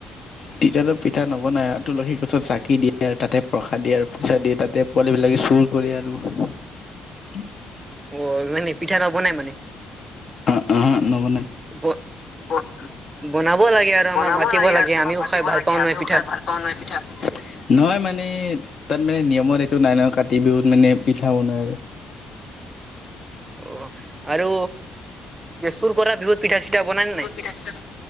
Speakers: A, on the left; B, on the right.
A: তেতিয়াতো পিঠা নবনাই, ইয়াত তুলসী গছত চাকি দিয়ে আৰু তাতে প্ৰসাদ দিয়ে আৰু পইচা দিয়ে তাতে পোৱালিবিলাকে চুৰ কৰে আৰু উম',
B: অ', মানে পিঠা নবনাই মানে
A: আঁহা', নবনাই নহয়,
B: ব
A: ক'ত অ',
B: বনাব লাগে আৰু
A: বনাব
B: আমাক মাতিব
A: লাগে আৰু আমাক
B: আমিও
A: মাতিব
B: খাই ভাল
A: লাগে
B: পাওঁ নহয়
A: আমিও
B: পিঠা।
A: খাই ভাল পাওঁ নহয় পিঠা। নহয় মানে তাত মানে নিয়মত এইটো নাই ন কাতি বিহুত মানে পিঠা বনাই আৰু
B: অহ', আৰু চুৰ কৰা বিহুত পিঠা চিঠা বনাই নে নাই?
A: পিঠা সিঠা,